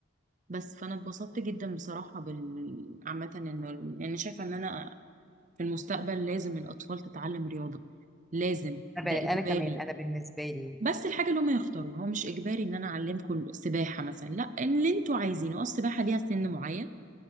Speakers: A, on the right; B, in the centre.
A: بس فانا اتبسطت جدا بصراحه بال عامه انه يعني شايفه ان انا في المستقبل لازم الاطفال تتعلم رياضه لازم
B: انا
A: ده اجباري
B: انا كمان انا بالنسبه لي
A: بس الحاجه اللي هم يختاروها هو مش اجباري ان انا اعلمكم سباحه مثلا لا اللي انتوا عايزينه اه السباحه ليها سن معين